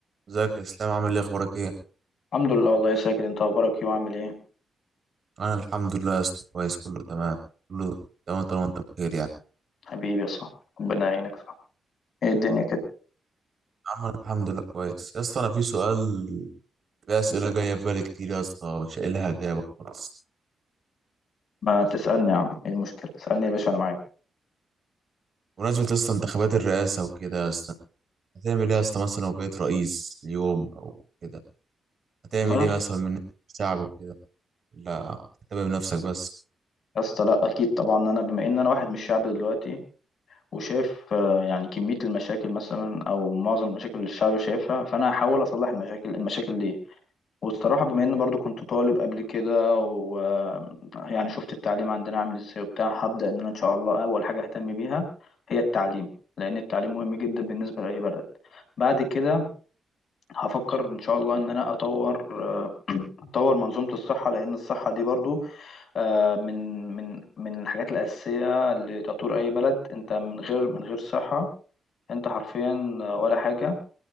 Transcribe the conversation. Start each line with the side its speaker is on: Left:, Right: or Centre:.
Right: ازيك يا اسلام عامل ايه اخبارك ايه
Left: الحمد لله والله يا ساجد انت اخبارك ايه وعامل ايه
Right: انا الحمد لله يا اسطى كويس كله تمام كله تمام طالما انت بخير يعني
Left: حبيبي يا صاحبي ربنا يعينك صح ايه الدنيا كده
Right: عمل الحمد لله كويس يا اسطى انا في سؤال في اسئله جايه في بالي كتير يا اسطى مش قايل لها اجابه خالص
Left: ما تسالني يا عم ايه المشكله اسالني يا باشا انا معاك
Right: بمناسبه يا اسطى انتخابات الرئاسه وكده يا اسطى هتعمل ايه يا اسطى مثلا لو بقيت رئيس اليوم او كده هتعمل
Left: والله يا
Right: ايه
Left: اسطى
Right: مثلا من الشعب وكده لا هتهتم بنفسك بس
Left: يا اسطى، لا اكيد طبعا انا بما ان انا واحد من الشعب دلوقتي وشايف آه، يعني كميه المشاكل مثلا او معظم المشاكل اللي الشعب شايفها فانا هحاول اصلح المشاكل المشاكل دي والصراحة بما إن برضو كنت طالب قبل كده ويعني شفت التعليم عندنا عامل إزاي وبتاع هبدأ إن أنا إن شاء الله أول حاجة أهتم بيها هي التعليم لأن التعليم مهم جدا بالنسبة لأي بلد بعد كده هفكر إن شاء الله إن أنا أطور <clears throat> آه، أطور منظومة الصحة لأن الصحة دي برضو آه، من من من الحاجات الأساسية لتطوير أي بلد أنت من غير من غير صحة أنت حرفيا ولا حاجة